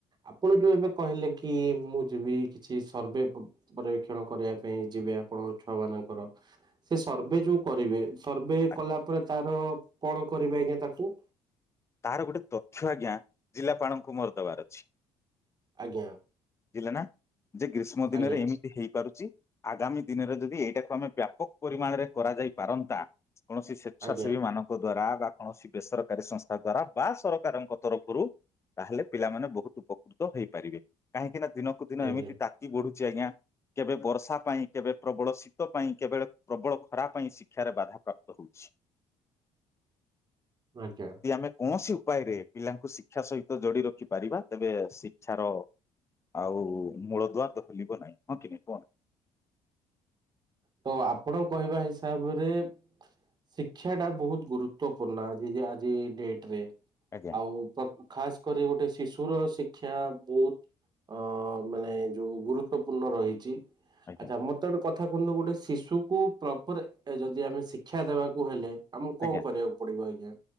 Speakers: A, on the right; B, on the left.
A: ଆପଣ ଯୋଉ ଏବେ କହିଲେ କି ମୁଁ ଯିବି କିଛି ସର୍ଭେ ପ-ପରବେକ୍ଷଣ କରିବା ପାଇଁ ଯିବ ବେ ଆପଣଙ୍କ ଛୁଆ ମାନଙ୍କର ସେ ସର୍ଭେ ଯୋଉ କରିବେ ସର୍ଭେ
B: ଆଜ୍ଞା
A: କଲା ପରେ ତାର କଣ କରିବେ ଆଜ୍ଞା ତାକୁ?
B: ତାର ଗୋଟେ ତଥ୍ୟ ଆଜ୍ଞା ଜିଲ୍ଲାପାଳଙ୍କୁ ମୋର ଦବାର ଅଛି।
A: ଆଜ୍ଞା।
B: ବୁଝିଲେ ନା ଯେ ଗ୍ରୀଷ୍ମ ଦିନରେ
A: ଆଜ୍ଞା
B: ଏମିତି ହେଇପାରୁଚି। ଆଗାମୀ ଦିନରେ ଯଦି ୟାକୁ ଆମେ ବ୍ୟାପକ ପରିମାଣରେ କରାଯାଇ ପାରନ୍ତା କୌଣସି ସ୍ଵେଚ୍ଛାସେବୀ
A: ଆଜ୍ଞା
B: ମାନଙ୍କ ଦ୍ଵାରା ବା କୌଣସି ବେସରକାରୀ ସଂସ୍ଥା ଦ୍ଵାରା ବା ସରକାରଙ୍କ ତରଫରୁ ତାହେଲେ ପିଲାମାନେ ବହୁତ ଉପକୃତ ହେଇପାରିବେ। କାହିଁକି ନା ଦିନକୁ ଦିନ
A: ଆଜ୍ଞା
B: ଏମିତି
A: ଆଜ୍ଞା
B: ତାତି ବଢୁ ଚି ଆଜ୍ଞା କେବେ ବର୍ଷା ପାଇଁ କେବେ ପ୍ରବଳ ଶୀତ ପାଇଁ କେବେ ପ୍ରବଳ ଖରା ପାଇଁ ଶି ଶିକ୍ଷାରେ ବାଧାପ୍ରାପ୍ତ ହଉଛି।
A: ଆଜ୍ଞା।
B: ଏ କୌଣସି ଉପାୟରେ ପିଲାଙ୍କୁ ଶିକ୍ଷା ସହିତ ଯୋଡି ରଖି ପାରିବା ତେବେ ଶିକ୍ଷାର ଆଉ ମୂଳ ଦୁଆତ ହଲିବ ନାଇଁ। ହଁ କି ନାଇଁ କୁହ?
A: ତ ଆପଣ କହିବା ହିସାବରେ ଶିକ୍ଷା ଟା ବହୁତ ଗୁରୁତ୍ଵ ପୂର୍ଣ୍ଣ ଆଜି ଜି ଆଜି ଡେଟରେ।
B: ଆଜ୍ଞା
A: ଆଉ ତ ଖାସ କରି ଗୋଟେ ଶିଶୁର ଶିକ୍ କ୍ଷା ବହୁତ ଅ ମାନେ ଯୋଉ ଗୁରୁତ୍ୱପୂର୍ଣ୍ଣ ରହିଚି।
B: ଆଜ୍ଞା
A: ଆଚ୍ଛା ମୋତେ ଗୋଟେ କତ୍ ଥା କୁହନ୍ତୁ ଗୋଟେ ଶିଶୁକୁ ପ୍ରପର ଏ ଯଦି ଆମେ ଶିକ୍ଷା ଦେବାକୁ ହେଲେ ଆମକୁ କଣ
B: ଆଜ୍ଞା
A: କରିବାକୁ ପଡିବ ଆଜ୍ଞା